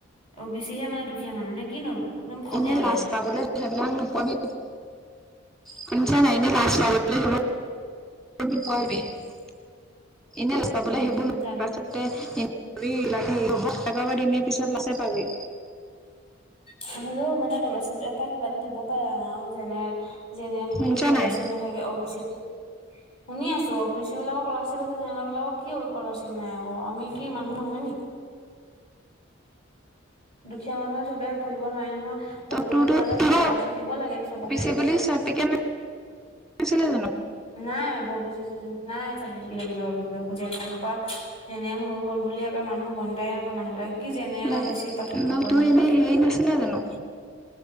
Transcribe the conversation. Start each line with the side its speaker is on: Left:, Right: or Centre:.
Left: অবিচিহে মানে দুখীয়া মানুহ, নে কিনো? একদম খঙে
Centre: এনেই
Left: উঠে
Centre: লাজ পাবলৈ বোলে আ নোপামি শুনিছা নাই <unintelligible> <unintelligible> এনেই <unintelligible> পাবলে
Left: উম
Centre: সেইবোৰ <unintelligible> নোৱাৰ
Left: জানো
Centre: পাছতোক হ'বনে। পিছত আছে পাবি।
Left: হ'লেও মানে ক্কলাৰশ্বিপ এ কিবা এটা দিব পাৰে আৰু আৰু জেনে জেনেৰেল
Centre: শুনিছ
Left: বুলি কলাশি
Centre: নাই
Left: নাথাকে অবিচি শুনি আছোঁ অবিচিবিলাকক কলাৰশ্বিপ আছে জেনেৰেলবিলাকক কি স্কলাৰশ্বিপ নাই আকৌ আমি কি মানুহ নহয় নেকি? <inaudible> দুখীয়া মানুহে চবে পঢ়িব নোৱাৰে নহয়।
Centre: ত
Left: পঢ়িবলৈ
Centre: তোৰতো
Left: কিবা এটা
Centre: তোৰ
Left: স্কলাৰশ্বিপ
Centre: অ
Left: দিব লাগে চবকে।
Centre: চি বুলি চাৰ্টিফিকেট <unintelligible>
Left: নাই <unintelligible> নাই <unintelligible> যেনেকুৱা, জেনেৰেল হৈ গ'ল বুলি, একে মানুহ <unintelligible> মানুহবিলাক কি যেনে অলপ
Centre: লাই
Left: বেছি পাৰ্থক্য
Centre: ন
Left: কৰে
Centre: তোৰ
Left: জানো।
Centre: এনেই হেৰি নাছিলে জানো